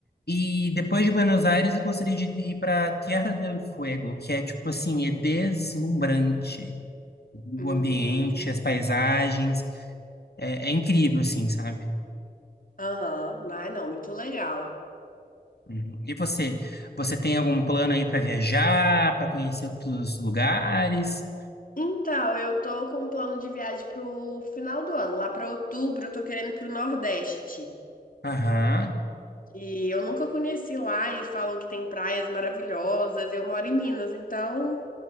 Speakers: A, on the left; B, on the left.
A: E depois de Buenos Aires, eu gostaria de ir para Tierra del Fuego, que é tipo assim, é deslumbrante. O
B: Hum,
A: ambiente,
B: entendi.
A: as paisagens, é, é incrível, assim, sabe?
B: Aham, Ai, não, muito legal.
A: Uhum. E você, você tem algum plano aí para viajar, para conhecer outros lugares?
B: Então, eu tô com um plano de viagem pro final do ano. Lá pra outubro, eu tô querendo ir pro Nordeste.
A: Aham,
B: E eu nunca conheci lá e falam que tem praias maravilhosas. Eu moro em Minas, então